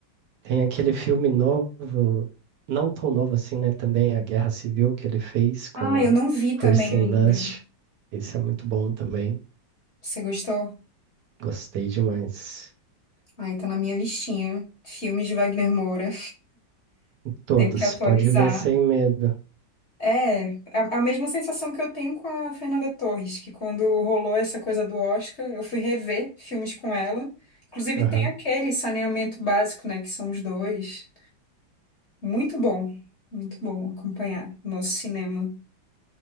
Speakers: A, on the right (about 65°); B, on the left (about 45°).
A: Tem aquele filme novo, não tão novo assim, né? Também a Guerra Civil que ele fez com
B: Ah,
A: a
B: eu não vi também
A: Kirsten
B: ainda.
A: Dunst. Esse é muito bom também.
B: Você gostou?
A: Gostei demais.
B: Ai, tá na minha listinha. Filmes de Wagner Moura.
A: Todos,
B: Tenho que atualizar.
A: pode ver sem medo.
B: É, a, a mesma sensação que eu tenho com a Fernanda Torres, que quando rolou essa coisa do Oscar, eu fui rever filmes com ela. Inclusive
A: Aham.
B: tem aquele Saneamento Básico, né, que são os dois. Muito bom, muito bom acompanhar o nosso cinema.